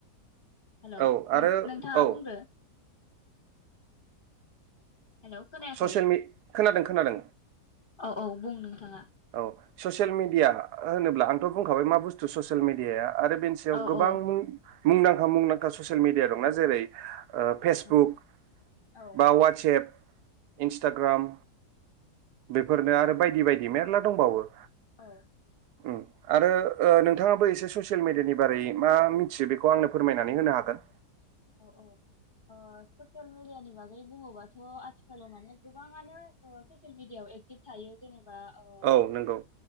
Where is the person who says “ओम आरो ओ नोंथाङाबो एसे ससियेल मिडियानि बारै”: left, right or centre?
Right